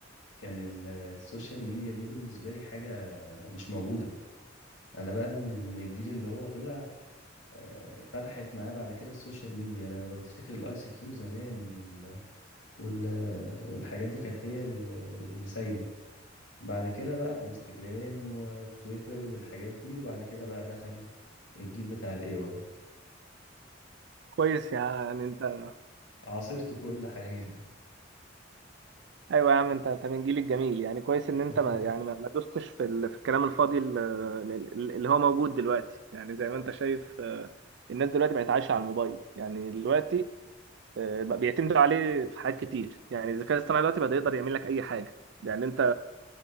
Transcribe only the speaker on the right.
كويس يعني انت
ايوه يا عم انت انت من الجيل الجميل يعني كويس ان انت
ما يعني ما ما دوستش في, ال... في الكلام الفاضي ال- ال- اللي هو موجود دلوقتي يعني زي ما انت شايف آه، الناس دلوقتي بقت عايشة على الموبايل يعني دلوقتي آه، بقى بيعتمدوا عليه في حاجات كتير يعني الذكاء الاصطناعي دلوقتي بقى يقدر يعمل لك اي حاجة يعني انت